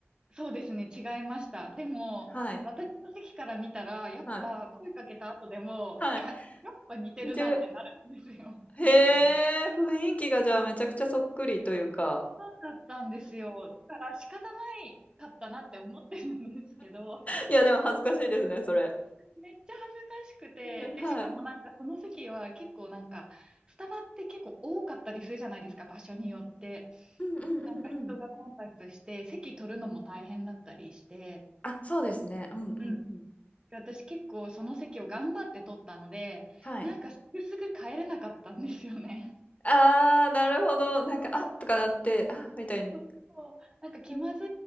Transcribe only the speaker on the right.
そうですね、違いました。でも、
私の席から見たら、やっぱ声かけた後でも、
いや、やっぱ似てるなってなるんですよ。
<laughs>
なったの。
だったんですよ。だから仕方ないかったなって思ってるんですけど、
めっちゃ恥ずかしくて、
で、
しかもなんかその席は結構なんか、スタバって結構多かったりするじゃないですか、場所によって。
なんか人が混雑して、席取るのも大変だったりして、
うん私結構その席を頑張って取ったので、
なんかすぐすぐ帰れなかったんですよね。
そうそうなんか気まず